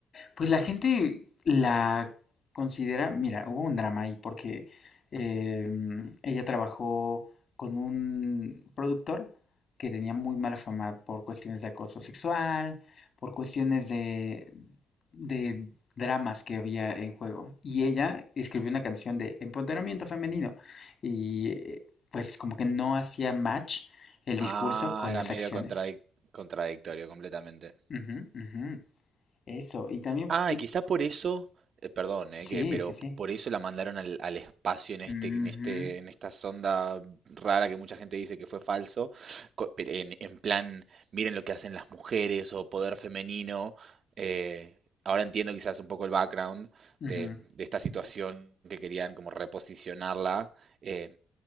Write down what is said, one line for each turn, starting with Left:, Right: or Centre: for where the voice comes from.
Left: Pues la gente la considera, mira, hubo un drama ahí porque em, ella trabajó con un productor que tenía muy mala fama por cuestiones de acoso sexual, por cuestiones de, de dramas que había en juego. Y ella escribió una canción de empoderamiento femenino y eh, pues como que no hacía match el discurso
Right: Ah,
Left: con
Right: era
Left: las
Right: medio
Left: acciones.
Right: contradic- contradictorio completamente.
Left: Ujú, ujú. Eso, y también,
Right: Ah, y quizá por eso, eh, perdón, eh,
Left: sí,
Right: que, pero
Left: sí, sí.
Right: p- por eso la mandaron al, al espacio en este,
Left: Ujú,
Right: en este, en esta sonda rara que mucha gente dice que fue falso, co- pero en, en plan, miren lo que hacen las mujeres o poder femenino. eh, ahora entiendo quizás un poco el background
Left: ujú.
Right: de, de esta situación que querían como reposicionarla. eh,